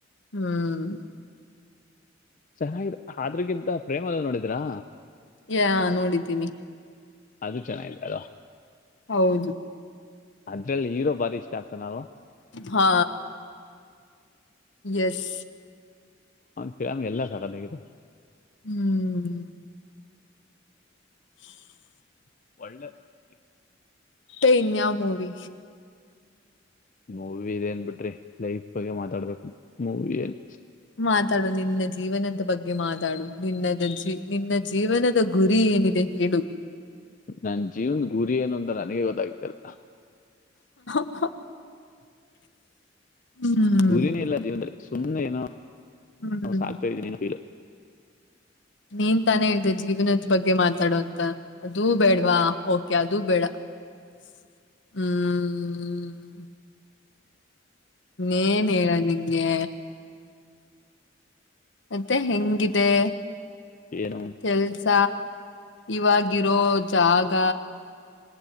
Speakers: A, on the left; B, on the left.
A: ಹ್ಮ್
B: ಚೆನ್ನಾಗಿ ಆದ್ರಗಿಂತ ಪ್ರೇಮ ಅಲ್ಲ ನೋಡಿದಿರಾ
A: ಯಾ ನೋಡಿದ್ದೀನಿ
B: ಅದು ಚೆನ್ನಾಗಿದ್ದಾಳು
A: ಹೌದು
B: ಅದ್ರಲ್ಲಿ ಹರೋ ಬಾರಿ ಇಷ್ಟ ಆಗ್ತಾನಲ್ವಾ
A: ಹಾ ಎಸ್
B: ಅವನ್ ಫಿರಾಮಿ ಎಲ್ಲ ಸಾಕಾಲಾಗಿತ್ತು
A: ಹ್ಮ್ <inaudible>
B: ಒಳ್ಳೆ ಇದು
A: ಇನ್ ಮೂವಿ
B: ಮೂವಿ ಇ ಏನ್ ಬಿಿಟ್ರಿ ಲೈಫ್ ಬಗ್ಗೆ ಮಾತಾಡ್ಬೇಕು ಮೂವಿಲ್ಲಿ
A: ಮಾತಾಡು ನಿನ್ನ ಜೀವನದ ಬಗ್ಗೆ ಮಾತಾಡು ನಿನ್ನ ಜ ನಿನ್ನ ಜೀವನದ ಗುರಿ ಏನಿದೆ ಹೇಳು
B: ನನ್ ಜೀವನ್ ಗುರಿ ಏನು ಅಂತ ನನಗೆ ಗೊತ್ತಾಗ್ತಲ್ಲ
A: <unintelligible> ಹ್ಮ್
B: ಗುರಿನೇ ಇಲ್ಲ ಜೀವನದಲ್ಲಿ ಸುಮ್ಮನೆ ಏನೋ
A: ಹ್ಮ್
B: ಸಾಕ್ತಾ ಇದ್ದೀನಿನಲು
A: ನೀನ್ ತಾನೇ ಹೇಳ್ ಜೀವನದ ಬಗ್ಗೆ ಮಾತಾಡೋಂತ ಅದೂ ಬೇಡವಾ ಓಕೆ ಅದೂ ಬೇಡ
B: <inaudible>
A: ಹ್ಮ ಏನ್ ಹೇಳ ನಿಂಗೆ ಮತ್ತೆ ಹೆಂಗಿದೆ
B: ಏನೋ
A: ಕೆಲ್ಸ ಇವಾಗ ಇರೋ ಜಾಗ